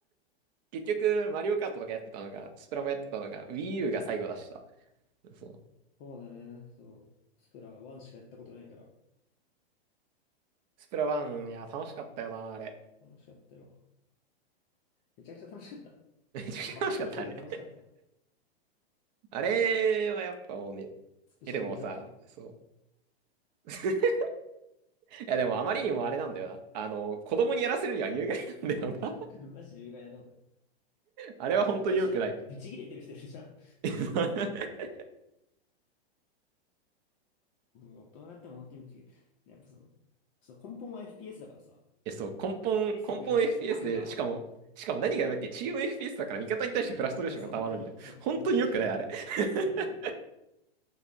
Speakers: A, on the right; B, on the left.
A: 結局、マリオカートとかやってたのが、スプラもやってたのが、Wii U が最後出した。そう。
B: そうだね、そう。スプラ1しかやったことないから、
A: スプラ1、いや、楽しかったよな、あれ。
B: 楽しかったよ。めちゃくちゃ楽しかった。
A: めちゃくちゃ楽しかった、
B: バカゲーだったけど楽しかったよ。
A: あれ。あれはやっぱもうね、
B: スペシャルゲーだったけど。
A: え、でもさ、そう。<laughs> いや、でもあまりにもあれなんだよな。あの、子供にやらせるには有害なんだよな。
B: <laughs> マジで有害だと思うよ。
A: あれは本当に良くない。
B: 実況者でブチ切れてる人いるじゃん。
A: <laughs>
B: 僕が大人になっても本当にブチ切れ。やっぱそう、そう根本は FPS だからさ。
A: え、そう、根本、
B: イギリス特有の悪が、
A: 根本 FPS で、しかも、しかも何がやばいって、チーム FPS だから味方に対してフラストレーションが溜まるんだよ。
B: いや、そう、本当に、そう、
A: 本当に良くない、
B: めちゃくちゃ切れてる。
A: あれ。
B: あれよねい。
A: <laughs>